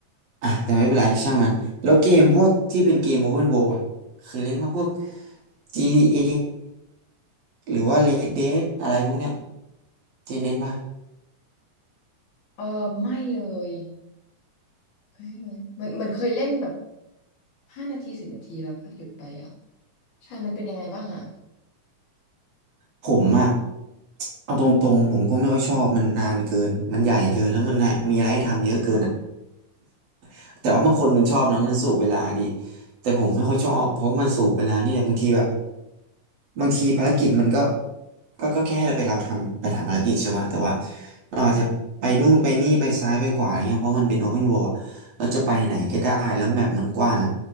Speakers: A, on the right; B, on the left.
A: อ่ะแต่ไม่เป็นไรช่างมันแล้วเกมพวกที่เป็นเกม Open World อ่ะเคยเล่นว่าพวก GTA หรือว่า Red Dead อะไรพวกเนี้ยเคยเล่นป่ะ
B: เออไม่เลยไม่เลยเหมือนเหมือนเคยเล่นแบบห้านาทีสิบนาทีแล้วก็หยุดไปอ่ะใช่มันเป็นยังไงบ้างอ่ะ
A: ผมอะเอาตรงๆผมก็ไม่ค่อยชอบมันนานเกินมันใหญ่เกินแล้วมันมีอะไรให้ทำเยอะเกินอะ <laughs> แต่ว่าบางคนมันชอบนะมันสูบเวลาดีแต่ผมไม่ค่อยชอบเพราะมันสูบเวลานี่แหละบางทีแบบบางทีภารกิจมันก็ก็ก็แค่ให้เราไปเราทำไปทำภารกิจใช่ไหมแต่ว่าเราอาจจะไปนู่นไปนี่ไปซ้ายไปขวาอะไรเงี้ยเพราะมันเป็นโอเพนเวิลด์อะเราจะไปไหนก็ได้แล้วแมปมันกว้างอะ